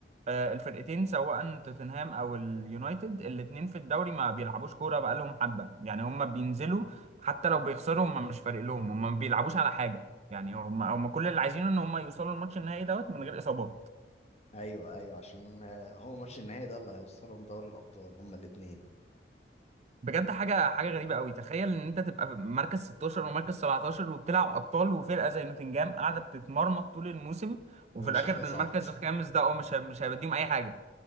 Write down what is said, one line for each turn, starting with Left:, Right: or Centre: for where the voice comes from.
Right: آه، الفرقتين سواء توتنهام او اليونايتد الاتنين في الدوري ما بيلعبوش كوره بقالهم حبه يعني هم بينزلوا حتى لو بيخسروا هم مش فارق لهم هم ما بيلعبوش على حاجه يعني هم هم كل اللي عايزينه ان هم يوصلوا الماتش النهائي دوت من غير اصابات
Left: ايوه ايوه عشان آه، هو ماتش النهائي ده اللي هيوصلهم دوري الابطال هما الاثنين
Right: بجد حاجه حاجه غريبه قوي تخيل ان انت تبقى في مركز 16 ومركز 17 وبتلعب ابطال وفرقه زي نوتنجهام قاعده بتتمرمط طول الموسم وفي
Left: ومش
Right: الاخر
Left: هتصعد
Right: المركز الخامس ده اه مش هي- مش هيوديهم اي حاجه